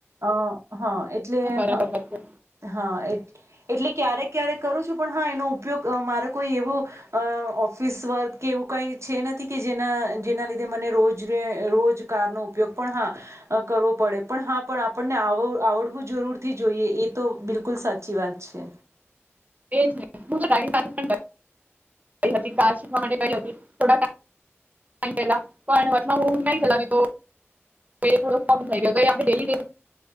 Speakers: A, on the right; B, on the right.
A: અહ હા એટલે
B: બરાબર
A: હ
B: વાત
A: હા એટ એટલે ક્યારેક ક્યારેક કરું છું, પણ હા એનો ઉપયોગ મારે કોઈ એવો અહ ઓફિસ વર્ક કે એવું કંઈ છે નથી કે જેના જેના લીધે મને રોજને રોજ કારનો ઉપયોગ પણ હા કરવો પડે, પણ હા પણ આપણને આવો-આવડવું જરૂરથી જોઈએ એ તો બિલકુલ સાચી વાત છે.
B: એજ ને, હું તો ડ્રાઈવિંગ ક્લાસેસ પણ ગઈ હતી. કાર શીખવા માટે ગઈ હતી, થોડા ટાઈમ પહેલા. પણ હવે હુ નહિં ચલાવતી તો તો એ થોડો <unintelligible> થઈ ગયો તો એ આપણે ડેલી-ડેલી